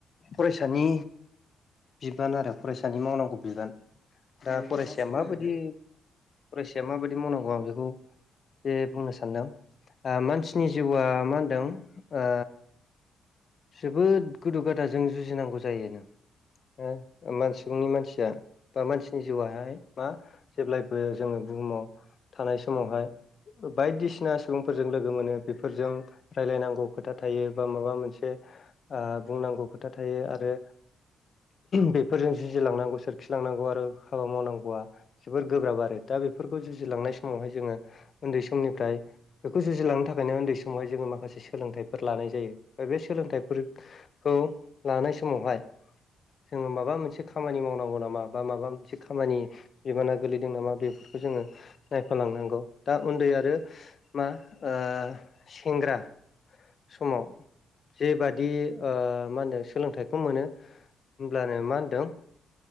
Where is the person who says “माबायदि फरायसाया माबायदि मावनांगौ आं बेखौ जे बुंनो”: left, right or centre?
Left